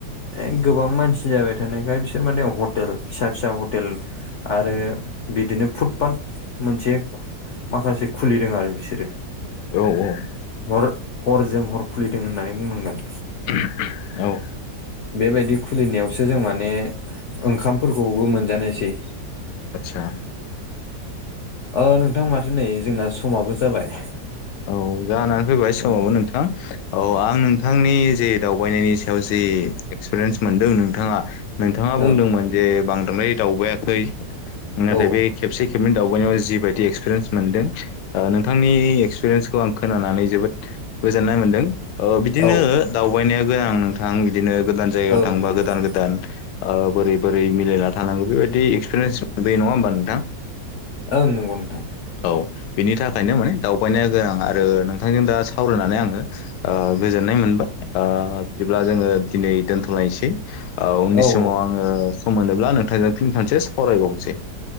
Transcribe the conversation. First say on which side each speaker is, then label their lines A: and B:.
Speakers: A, on the left; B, on the left.
A: ए गोबां मानसि जाबाय थानायखाय बिसोर माने हटेल फिसा फिसा हटेल आरो बिदिनो फुटपाट मोनसे माखासे खुलिदों आरो बिसोरो
B: औ औ।
A: हर हरजों हर खुलिदों होननानै बुंनांगोन।
B: <inaudible> औ
A: बेबायदि खुलिनायावसो जों माने ओंखामफोरखौबो मोनजानोसै
B: आतसा
A: औं नोंथां माथो नै जोंना समाबो जाबाय।
B: औ जानानै फैबाय
A: औ
B: समावबो नोंथां औ आं नों थांनि जे दावबायनायनि सायाव जे एक्सपिरियेन्स मोनदों नोंथाङा नोंथाङा बुंदोंमोन।
A: ओं
B: जे बांद्राय दावबायाखै नाथाय
A: औ
B: बे खेबसे खेबनै दावबायनायाव जिबायदि एक्सपिरियेन्स मोनदों नोंथांनि एक्सपिरियेन्स खौ आं खोनानानै जोबोद गोजोननाय मोनदों बिदिनो
A: औ
B: दावबायनाया गोनां नोंथां बिदिनो गोदान जायगायाव
A: ओं
B: थांबा
A: नंगौ
B: गोदान
A: नोंथां
B: गोदान बोरै बोरै मिलायना थानांगौ बेबायदि एक्सपिरियेन्स मोनबोयो नङा होमबा नोंथां?
A: ओं नंगौ नोंथां।
B: औ बिनि थाखायनो
A: औ
B: माने दावबायनाय गोनां आरो नोंथांजों दा सावरायनानै आङो गोजोननाय मोनबाय आ बिदिब्ला जोङो दिनै दोनथ'लायसै
A: औ
B: उननि
A: औ
B: समाव
A: औ
B: आङो सम मोनोब्ला नोंथांजों फिन सानसे सावरायबावनोसै।